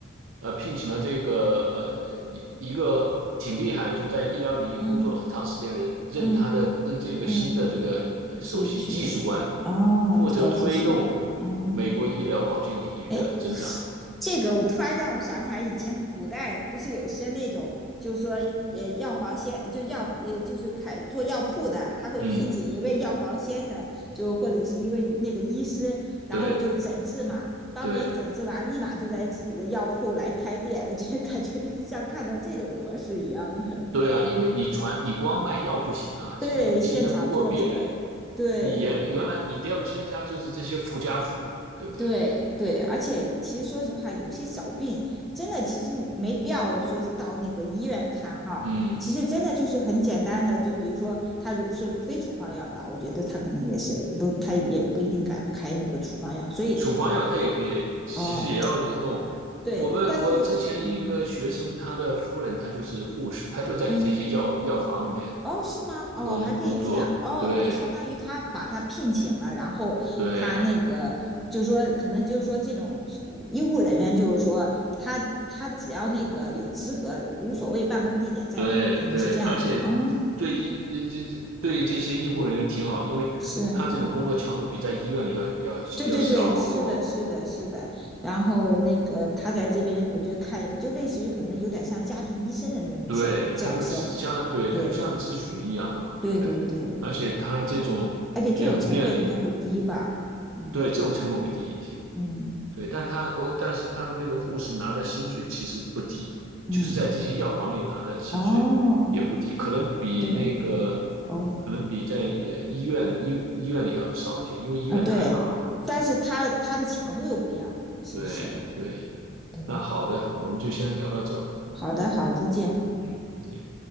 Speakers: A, on the right (about 80°); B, in the centre.
A: 呃，聘请了这个呃一一个挺厉害的，就在医疗领域工作了很长时间的人，
B: 嗯
A: 任他的任这个新的这个呃首席技术官，
B: 嗯嗯嗯。嗯咨询，哦，
A: 负责推动
B: 搞咨询，哦，
A: 美国医疗保健领域的增长。
B: 哎，这个我突然让我想起来，以前古代不是有些那种，就是说，呃，药房先就药，也就是开做药铺的，他会聘请一位药房先生，
A: 嗯，
B: 就或者是一位那个医师，然后就诊治嘛，
A: 对
B: 当别人诊治完，
A: 对
B: 立马就在自己的药铺来开店。我觉得感觉 <laughs> 像看到这种模式一样的，
A: 对啊，因为你传你光卖药不行啊，现在你竞争不过别人，
B: 对，现场坐诊，对，
A: 你原原来你得要增加就是这些附加服务，对不对？
B: 对对，而且其实说实话，有些小病真的其实没必要说是到那个医院看哈，
A: 嗯。
B: 其实真的就是很简单的，就比如说他如是非处方药的，我觉得他可能也是不，他也不一定敢开那个处方药，所以
A: 处方药它也可以，其实也要弄。
B: 哦，对，
A: 我们我之前一个学生，
B: 但是嗯
A: 他的夫人她就是护士，她就在这些药药房里面
B: 嗯。哦，是吗？
A: 工工作。
B: 哦，还可以这样哦，
A: 对
B: 都相当于他把他聘请了，然后他那个就是说，
A: 对
B: 可能就是说这种医护人员，就是说他他只要那个有资格，无所谓办公地点在哪，
A: 对对，
B: 可能是这样。
A: 而且
B: 哦，
A: 对医这这对这些医护人员挺好，因为他这种工作强度比在医院里要要要少好多。
B: 是，对对对，是的，是的，是的。然后那个他在这边，我觉得看就类似于可能有点像家庭医生的那种角角色嘛。
A: 对，他就相当，对，他就像咨询一样的嘛，
B: 对对对对，
A: 对不对？而且他这种也很便利，
B: 而且这种成本应该会低吧？嗯
A: 对，这种成本会低一些。
B: 嗯。
A: 对，但他我但是他们那个护士拿的薪水其实不低，
B: 嗯，
A: 就是在这些药房里拿的薪水也不低，
B: 哦，
A: 可能比那个
B: 对，哦，
A: 可能比在呃医院里医医院里要少一些，因为医院太忙了。
B: 啊，对，但是它它的强度又不一样嘛，是不是？
A: 对对，
B: 对，
A: 那好的，我们就先聊到这吧。
B: 好的，好，再见。
A: 嗯，再见。